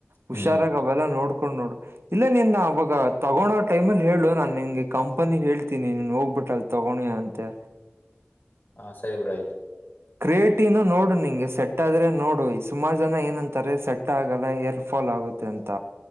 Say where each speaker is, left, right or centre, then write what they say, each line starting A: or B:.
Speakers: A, on the right; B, on the left.
A: ಹುಷಾರಾಗ
B: ಹ್ಮ್ ಹ್ಮ್
A: ಅವೆಲ್ಲಾ ನೋಡ್ಕೊಂಡ್ ನೋಡೂ ಇಲ್ಲ ನೀನ್ನ ಅವಾಗ ತಗೋಳೋ ಟೈಮ ಅಲ್ಲಿ ಹೇಳು ನಾನು ನಿನ್ಗೆ ಕಂಪನಿ ಹೇಳ್ತೀನಿ ನೀನ್ ಹೋಗ್ಬಿಟ್ಟ ಅಲ್ ತಗೋಣಿ ಅಂತೆ
B: ಹಾ ಸರಿ ಬ್ರೋ ಆಯ್ತ
A: ಕ್ರಿಯೇಟಿವ್ನು ನೋಡು ನಿಂಗೆ ಸೆಟ್ ಆದ್ರೆ ನೋಡು ಸುಮಾರು ಜನ ಏನಂತಾರೆ ಸೆಟ್ ಆಗಲ್ಲ ಹೇರ್ ಫಾಲ್ ಆಗುತ್ತೆ ಅಂತ